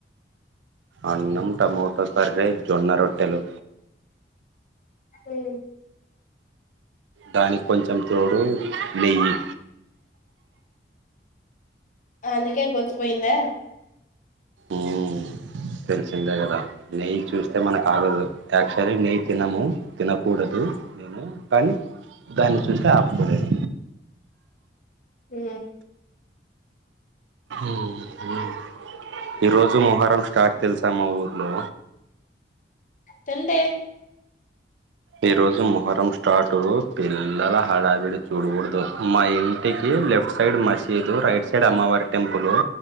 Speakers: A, on the right; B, on the left.
A: అన్నం టమోటో కర్రీ జొన్న రొట్టెలు.
B: ఓకే
A: దానికి కొంచెం తోడూ నెయ్యి
B: అందుకే గొంతు పొయిందా
A: ఊమ్ తెలిసిందే గదా నెయ్యి చూస్తే మనక్ ఆగదు. యాక్చువలి నెయ్యి తినము తినకూడదు మే ము కాని దాన్ని చూస్తే ఆపుకోలేను.
B: ఊ
A: ఊహు ఈ రోజు మొహరం స్టార్ట్ తెలుసా మా ఊర్లో.
B: తెల్దే
A: ఈ రోజు మొహరం ష్ స్టార్టు పిల్లల హడావిడి చూడకూడదు మా ఇంటికి లెఫ్ట్ సైడ్ మసీదు రైట్ స్ సైడ్ అమ్మవారి టెంపులు